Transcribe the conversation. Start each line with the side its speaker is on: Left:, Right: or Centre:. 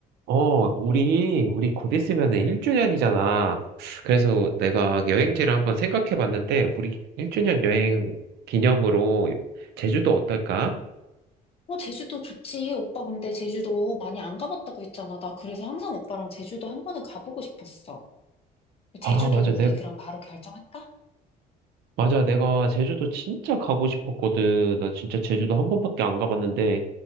Right: 어, 우리, 우리 곧 있으면은 1주년이잖아. 그래서 내가 여행지를 한번 생각해 봤는데, 우리 1주년 여행 기념으로 제주도 어떨까?
Left: 어, 제주도 좋지. 오빠 근데 제주도 많이 안 가봤다고 했잖아. 나 그래서 항상 오빠랑 제주도 한 번은 가보고 싶었어.
Right: 아,
Left: 제주도로
Right: 맞아.
Left: 우리
Right: 내,
Left: 그럼 바로 결정할까?
Right: 맞아. 내가 제주도 진짜 가고 싶었거든. 난 진짜 제주도 한 번밖에 안 가봤는데,